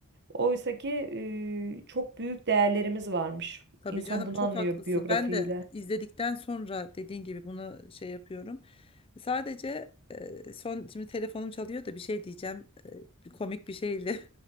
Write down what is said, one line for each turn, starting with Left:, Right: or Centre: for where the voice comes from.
Right: Oysa ki e, çok büyük değerlerimiz varmış.
Left: Tabii
Right: İnsan
Left: canım
Right: bunu
Left: çok
Right: anlıyor
Left: haklısın.
Right: biyografiyle.
Left: Ben de izledikten sonra dediğin gibi buna şey yapıyorum. Sadece e, son şimdi telefonum çalıyor da bir şey diyeceğim. E, bir komik bir şeyle